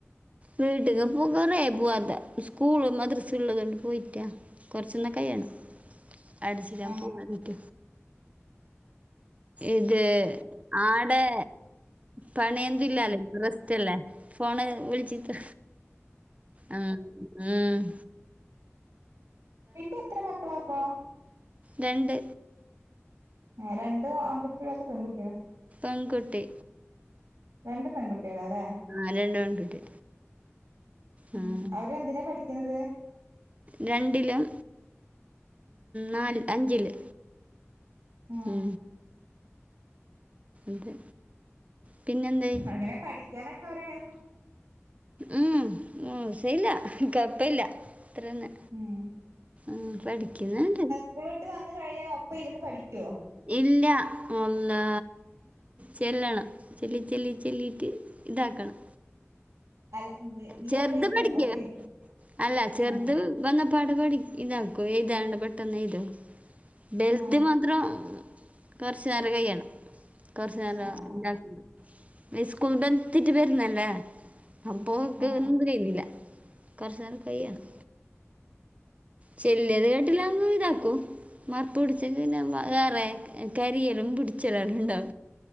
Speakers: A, on the right (about 30°); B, on the right (about 85°).
A: വീട്ടക്ക് ഇപ്പ കുറേഅയി പോവാതെ സ്കൂള് മദ്രസ് ഉള്ളതോണ്ട് പോയിറ്റാ കൊർച്ചൊന്ന് കയ്യണം അട്ച്ചരാൻ
B: ആഹ്
A: പോവ്റ്റ
B: ആഹ്
A: ഇത് ആടെ പണിയെന്തുല്ലാല്ലേ ബസ്റ്റ്ല്ലേ ഫോണ് വിളിച്ചിട്ട് ആഹ് ഉം
B: ഇപ്പൊ എത്ര മക്കളാപ്പോ
A: രണ്ട്
B: ഏഹ് രണ്ട് ആൺകുട്ടിയോ അതൊ പെങ്കുട്ടിയോ
A: പെങ്കുട്ടി
B: രണ്ടും പെങ്കുട്ടിയള്ലേ
A: ആ രണ്ട് പെൺകുട്ടി
B: ഉം
A: ആഹ്
B: അവരെന്തിനാ പഠിക്കുന്നത്
A: രണ്ടിലും നാല് അഞ്ചില്
B: ഉം
A: ഉ അതെ പിന്നെന്തേ
B: എങ്ങനെ പഠിക്കാനൊക്കെ അവരെങ്ങനെ
A: ഉം മോശയില്ല കൊയപ്പയില്ല അത്രന്നെ
B: ഉം
A: ആ പഠിക്കുന്നണ്ട്
B: സ്കൂള് വിട്ട് വന്ന കഴിഞ്ഞാൽ അപ്പം ഇരുന്ന് പഠിക്കുവോ
A: ഇല്ല ഒന്ന് ചെല്ലണം ചെല്ലി ചെല്ലി ചെല്ലിയിട്ട് ഇതാക്കണം
B: അല്ല നീ
A: ചെറുത്
B: അപ്പ ഇരുന്ന്
A: പടിക്ക
B: ഒപ്പ ഇരിക്കും
A: അല്ല ചെറുത്
B: ഉം
A: വന്ന പാട് പടി ഇതാക്കു എഴുതാനുള്ള പെട്ടന്ന് എഴുതും വലുത്
B: ഉം
A: മാത്രം കൊറച്ചനരം കൈയണം കൊറച്ചുനരം
B: ആഹ് ആഹ്
A: ഉണ്ടാക്കണം സ്കൂൾ <unintelligible> വരുന്നല്ലേ അപ്പോഓൾക്
B: ആഹ്
A: ഒന്നും കഴുന്നില്ല കുറച്ച് നേരം കൈ്യണം ചെല്ലത് കേട്ടില്ല്പ ഇതാക്കൂ മറുപ്പ് പിടിച്ച പിന്നെ വേറെ കരിയല്ലും പിടിച്ചലല്ലാം ഉണ്ട